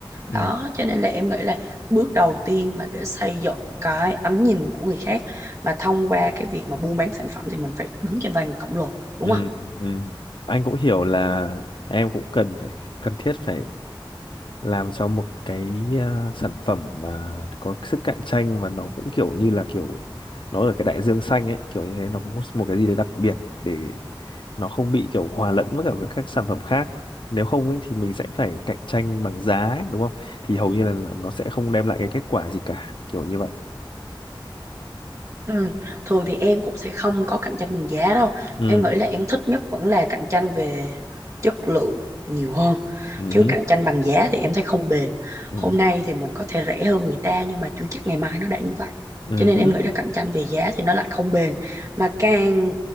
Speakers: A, on the left; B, on the right.
A: ừ
B: đó cho nên là em nghĩ là bước đầu tiên mà để xây dựng cái ánh nhìn của người khác mà thông qua cái việc mà buôn bán sản phẩm thì mình phải đứng trên vai người khổng lồ đúng
A: Ừ,
B: không
A: ừ. Anh cũng hiểu là em cũng cần phải cần thiết phải làm cho một cái ờ, sản phẩm mà có sức cạnh tranh và nó cũng kiểu như là kiểu nó ở cái đại dương xanh ấy kiểu như thế nó cũng có một cái gì đấy đặc biệt để nó không bị kiểu hòa lẫn với cả với các sản phẩm khác nếu không ấy thì mình sẽ phải cạnh tranh bằng giá ấy, đúng không thì hầu như là nó sẽ không đem lại cái kết quả gì cả kiểu như vậy
B: Ừ. Thường thì em cũng sẽ không có cạnh tranh bằng giá đâu.
A: ừ
B: Em nghĩ là em thích nhất vẫn là cạnh tranh về chất lượng nhiều hơn.
A: ừ
B: Chứ
A: hứ,
B: cạnh tranh bằng giá thì em thấy không bền.
A: ừ
B: Hôm nay thì mình có thể rẻ hơn người ta nhưng mà chưa chắc ngày mai nó đã như vậy.
A: ừ
B: Cho nên
A: hứ,
B: em nghĩ là cạnh tranh về giá thì nó lại không bền. Mà càng